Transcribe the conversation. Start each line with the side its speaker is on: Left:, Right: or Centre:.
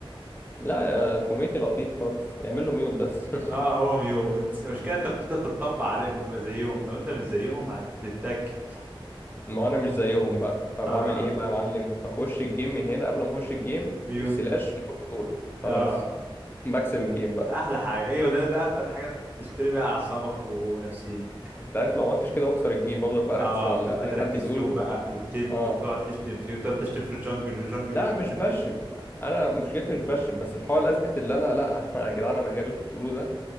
Left: لا آه، كوميتي لطيف خالص اعمل له ميوت بس <laughs>
Right: اه هو ميوت <laughs> المشكله انت بتبدا تتطبع عليهم تبقى زيهم لو انت مش زيهم هت- هتتك
Left: ما انا مش زيهم بقى فبعمل
Right: اه
Left: ايه بقى يا معلم بخش الجيم من هنا قبل ما اخش الجيم
Right: ميوت
Left: سلاش موت اول خلاص
Right: اه
Left: بكسب الجيم بقى
Right: ده احلى حاجه ايوه ده ده اكتر حاجه تشتري بقى اعصابك و- ونفسيتك
Left: انت عارف لو عملتش كده بخسر الجيم بفضل بقى
Right: اه
Left: اركز على
Right: بتبدا
Left: اي
Right: تركز
Left: حد بيقوله
Right: فيهم بقى والتلت
Left: اه
Right: وتقعد تشتم فيه وتقعد تشتم في الجنجل والجنجل
Left: لا
Right: يشتم
Left: مش
Right: في
Left: بشم
Right: الميد
Left: انا مشكلتي مش بشم بس بحاول اثبت اللي انا لا <laughs> انا يا جدعان انا غير اللي انتوا بتقولوه ده